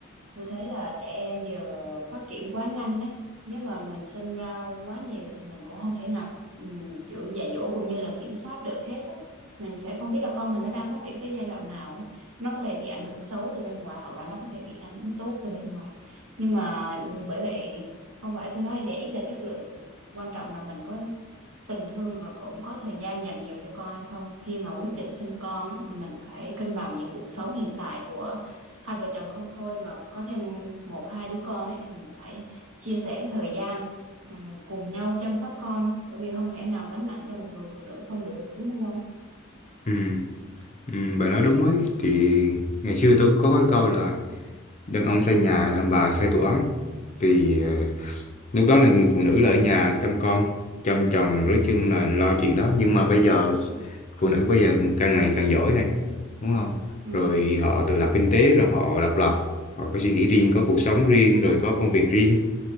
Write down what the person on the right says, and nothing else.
tôi thấy là trẻ em giờ phát triển quá nhanh ấy. Nếu mà mình sinh ra quá nhiều thì mình cũng không thể nào um, kiểu dạy dỗ cũng như là kiểm soát được hết ấy. Mình sẽ không biết là con mình nó đang phát triển tới giai đoạn nào ấy. Nó có thể bị ảnh hưởng xấu từ bên ngoài hoặc là nó có thể bị ảnh hưởng tốt từ bên ngoài. Nhưng mà ừm, bởi vậy không phải tôi nói để ít là chất lượng, quan trọng là mình có tình thương và cũng có thời gian dành nhiều cho con hay không khi mà quyết định sinh con á, thì mình phải cân bằng giữa cuộc sống hiện tại của hai vợ chồng không thôi mà có thêm một hai đứa con ấy thì mình phải chia sẻ cái thời gian ừ, cùng nhau chăm sóc con bởi vì không thể nào gánh nặng cho một người phụ nữ không được đúng không không
ừ
ừ
ừ